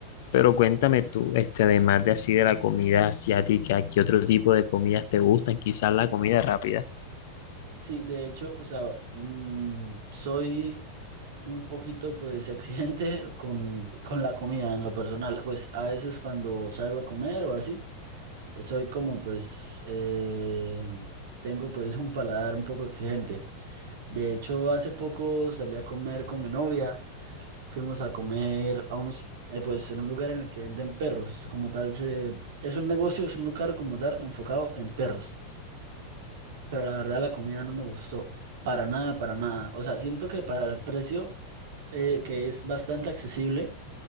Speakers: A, on the left; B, on the right.
A: Pero cuéntame tú, este, además de así de la comida asiática, ¿qué otro tipo de comidas te gustan? Quizás la comida rápida.
B: Sí, de hecho, o sea, mm, soy un poquito pues <laughs> exigente con, con la comida en lo personal. Pues a veces cuando salgo a comer o así, s- soy como pues, eh, tengo pues un paladar un poco exigente. De hecho, hace poco salí a comer con mi novia, fuimos a comer a unos, eh, pues en un lugar en el que venden perros, como tal, se, es un negocio, es un lugar como tal enfocado en perros pero la verdad la comida no me gustó para nada, para nada. O sea, siento que para el precio, eh, que es bastante accesible,